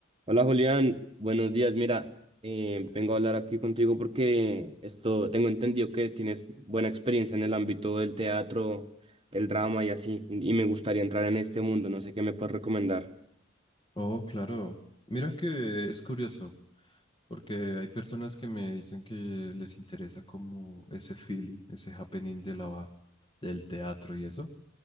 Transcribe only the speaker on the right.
Hola Julián, buenos días. Mira, eh, vengo a hablar aquí contigo porque esto tengo entendido que tienes buena experiencia en el ámbito del teatro, el drama y así, y y me gustaría entrar en este mundo. No sé qué me puedes recomendar.